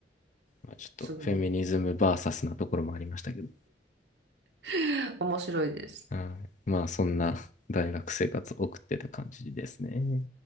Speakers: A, on the left; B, on the right.
A: まあ、ちょっとフェミニズムバーサスなところもありましたけど、
B: すごい。<laughs> 面白いです。
A: うんまあそんな大学生活を送ってた感じですね。